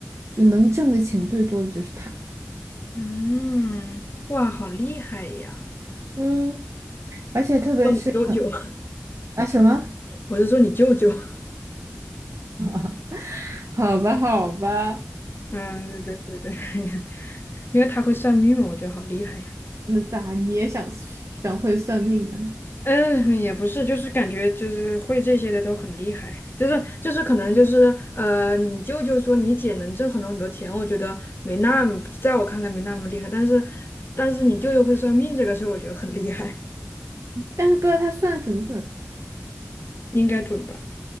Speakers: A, on the right; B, on the left.
A: 就能挣的钱最多的就是她。
B: <laughs> 嗯，哇，好厉害呀！
A: 嗯，而且特别是可
B: 说你舅舅，
A: 啊什么？
B: <laughs> 我是说你舅舅。<laughs>
A: <laughs> 好吧，好吧。
B: 嗯，对对对对，<laughs> 因为他会算命嘛，我觉得好厉害呀。
A: 那咋你也想想会算命啊？
B: 嗯，也不是，就是感觉就是会这些的都很厉害，就是就是可能就是呃，你舅舅说你姐能挣很多很多钱，我觉得没那么，在我看来没那么厉害，但是但是你舅舅会算命这个事儿，我觉得很厉害，
A: 但是不知道他算的准不准。
B: 应该准吧？